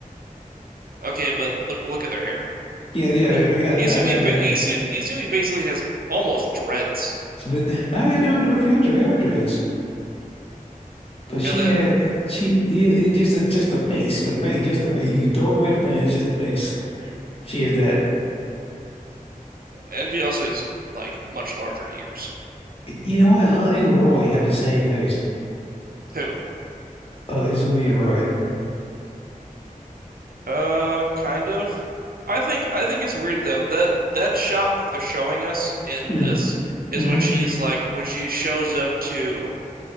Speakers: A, on the right (about 85°); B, on the left (about 40°).
A: okay, but look look at their hair.
B: Yeah, yeah,
A: I-
B: they, they got,
A: Izumi
B: I got the
A: ba
B: hair.
A: Izumi basically has almost dreads,
B: But I had her there for your dread, dreads. But she
A: and then
B: had she yeah, it just it's just the face, the face, just the face. You throw away the face, it's just the face. She has that.
A: Envy also has like much larger ears
B: You know what? Her and Roy have the same face.
A: too.
B: Uh, Izumi and Roy.
A: Uh, kind of. I think I think it's weird though that that shot they're showing us in
B: Hmm.
A: this is
B: Mm-hmm.
A: when she is like when she shows up to